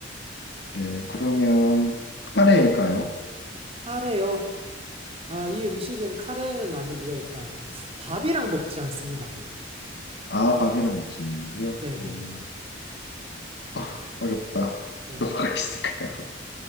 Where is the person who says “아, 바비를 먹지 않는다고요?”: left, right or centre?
Left